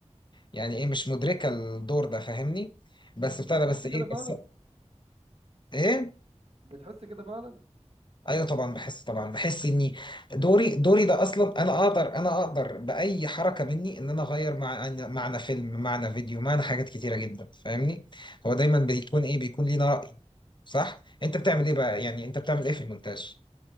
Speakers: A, on the left; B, on the right.
A: يعني ايه مش مدركه الدور ده فاهمني بس بتاع
B: بتحس
A: ده بس ايه
B: كده فعلا
A: بس ايه
B: بتحس كده فعلا
A: ايوه طبعا بحس طبعا بحس اني دوري دوري ده اصلا انا اقدر انا اقدر باي حركه مني ان انا اغير مع معنى فيلم معنى فيديو معنى حاجات كتيره جدا فاهمني هو دايما بيكون ايه بيكون لينا راي صح انت بتعمل ايه بقى يعني انت بتعمل ايه في المونتاج